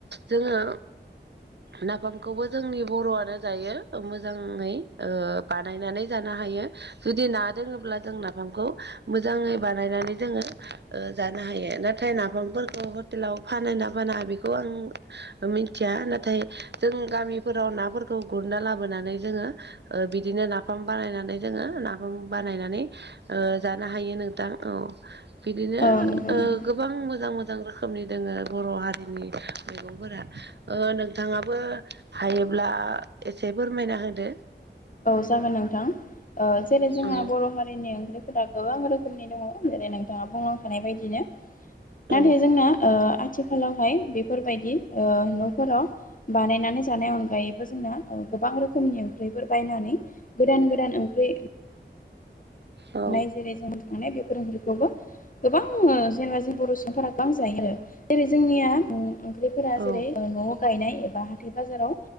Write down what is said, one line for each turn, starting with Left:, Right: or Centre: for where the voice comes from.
Right: जोङो। नाफामखौबो जोंनि बर'आनो जायो मोजाङै ओ बानायनानै जानो हायो। जुदि ना दोङोब्ला जों नाफामखौ मोजाङै बानायनानै जोङो ओयो। जानो हायो नाथाय नाफामफोरखौ हटेलाव फानो ना फाना बिखौ आं मिथिया नाथ थाय जों गामिफोराव नाफोरखौ गुरना लाबोनानै जोङो। ओ बिदिनो नाफाम बानायनानै जोङो ना बानायनानै ओ जानो हायो नोंथां औ बिदिनो
Left: नंगौ नोंथां
Right: ओयो। गोबां मोजां मोजां रोखोमनि दोङो बर' हारिनि मैगंफोरा ओ नोंथाङाबो। ओ हायोब्ला एसे फोरमायना होदो।
Left: औ औ जागोन नोंथां ओ जेरै जोंहा
Right: औ
Left: बर' हारि। <unintelligible> ओंख्रिफोरा गोबां रोखोमनि दङ जेरै नोंथाङा बुंलांखानाय बायदिनो। नाथाय
Right: औ
Left: जोंना ओ आथिखालावहाय बेफोरबायदि ओ न'फोराव। बानायनानै जानाय अनगायैबो जोंना ओ गोबां रोखोमनि ओंख्रिफोर। बायनानै गोदान गोदान ओंख्रि।
Right: औ
Left: नाय जेरै जों थांनाय बेफोर ओंख्रिखौबो। गोबां ओ जेनेबा जों बर' सुबुंफोरा गोबां जायो आरो जेरै जोंनिया ओ ओंख्रि। फोरा जेरै
Right: औ
Left: ओ न'आव गायनाय एबा हाथाय बाजाराव